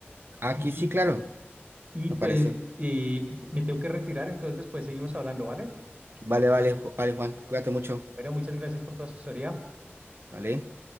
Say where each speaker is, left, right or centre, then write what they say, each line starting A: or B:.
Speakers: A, on the right; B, on the right.
A: Aquí
B: Y,
A: sí, claro,
B: y
A: me
B: pues
A: parece.
B: eh, me tengo que retirar, entonces después seguimos hablando, ¿vale?
A: Vale, vale, Ju- vale, Juan, cuídate mucho,
B: Bueno, muchas gracias por tu asesoría.
A: ¿vale?